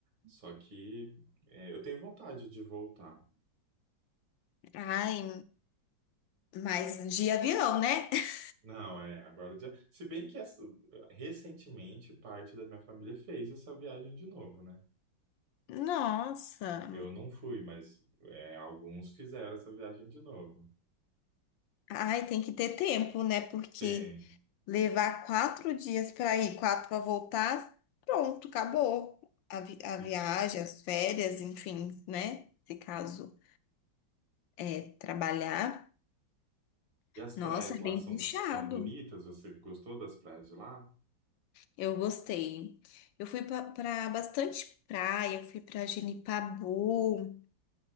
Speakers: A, on the right (about 85°); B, on the left (about 80°).
A: só que é, eu tenho vontade de voltar.
B: Ai, mas de avião, né? <laughs>
A: Não, é, agora já. Se bem que essa- recentemente parte da minha família fez essa viagem de novo, né?
B: Nossa,
A: Eu não fui, mas é, alguns fizeram essa viagem de novo.
B: ai, tem que ter tempo, né? Porque
A: Tem.
B: Levar quatro dias para ir, quatro para voltar, pronto, acabou. A, vi- a viagem,
A: E,
B: as férias, enfim, né? Se caso é trabalhar.
A: e as
B: Nossa,
A: praias
B: é
A: lá
B: bem
A: são,
B: puxado.
A: são bonitas? Você gostou das praias de lá?
B: Eu gostei. Eu fui para bastante praia, eu fui para Genipabu.